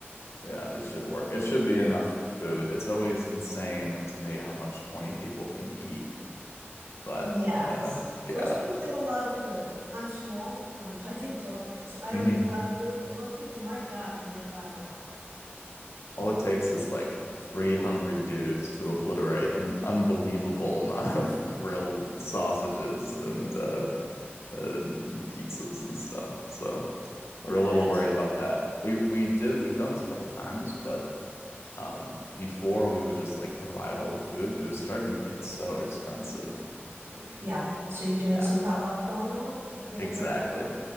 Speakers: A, on the left; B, on the right.
A: yeah, it should work. It should be enough food. It's always insane to me how much 20 people can eat, but
B: yes.
A: uh yeah.
B: Most people eat a lot of food. I'm small. I'm <laughs> five feet tall, so I
A: Mhm.
B: don't eat a lot of food, but most people, my God, can they pile it on?
A: All it takes is like three hungry dudes to obliterate an unbelievable <laughs> amount of grilled sausages and uh, uh, pizzas and stuff. So we're a
B: But
A: little worried about that. We we did we've done this a couple times, but um, before we would just like provide all the food, but it was starting to get so expensive. Like,
B: yeah. So you're doing
A: yeah,
B: some potluck going on? Other people
A: exactly.
B: bring food?